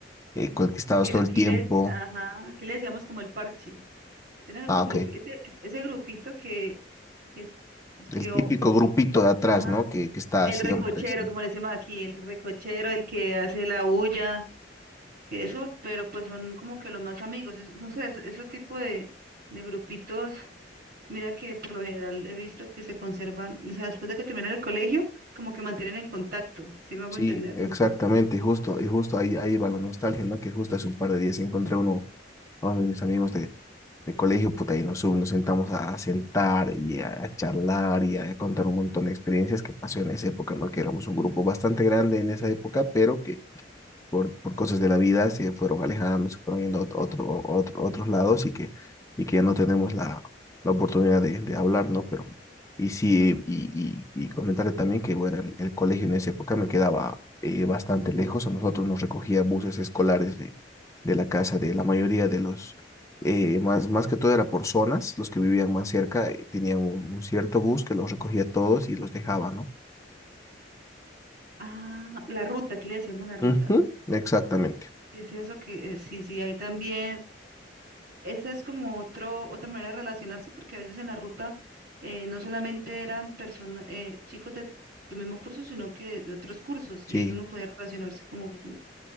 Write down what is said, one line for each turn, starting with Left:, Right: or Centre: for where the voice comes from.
Left: eh, con el que estabas
Right: Que
Left: todo
Right: Aquí
Left: el tiempo.
Right: le, dec- ajá, aquí le decíamos como el parche. Tenemos
Left: Ah,
Right: su grupo,
Left: ok.
Right: ese, ese grupito que, que,
Left: El
Right: que o-
Left: típico grupito de atrás,
Right: ajá,
Left: ¿no? Que, que está
Right: El
Left: siempre.
Right: recochero,
Left: Sí,
Right: como le decimos aquí, el recochero, el que hace la bulla, que eso, pero pues son como que los más amigos. es- Entonces, ese tipo de, de grupitos, mira que por lo general he visto que se conservan, o sea, después de que terminan el colegio, como que mantienen en contacto, si me hago
Left: Sí,
Right: entender?
Left: exactamente,
Right: No sé.
Left: y justo, y justo ahí, ahí va la nostalgia, ¿no? Que justo hace un par de días encontré uno Hombre, mis amigos de, de colegio, puta, ahí nos, nos sentamos a sentar y a, a charlar y a contar un montón de experiencias que pasó en esa época, ¿no? Que éramos un grupo bastante grande en esa época, pero que por, por cosas de la vida se fueron alejando, se fueron yendo a otro, otro- otro- otros lados y que, y que ya no tenemos la, la oportunidad de, de hablar, ¿no? Pero, y sí, y, y, y comentarle también que, bueno, el, el colegio en esa época me quedaba eh, bastante lejos, a nosotros nos recogía buses escolares de, de la casa de la mayoría de los, eh, más, más que todo era por zonas, los que vivían más cerca eh, tenían un, un cierto bus que los recogía a todos y los dejaba, ¿no?
Right: Ah, la ruta, ¿qué le decíamos la ruta?
Left: Ujú, Exactamente,
Right: ¿Qué es eso que eh, sí, sí, hay también. Esa es como otro, otra manera de relacionarse porque a veces en la ruta eh, no solamente eran personas, chicos de tu mismo curso, sino que de otros cursos
Left: sí,
Right: y ahí uno podía relacionarse como como-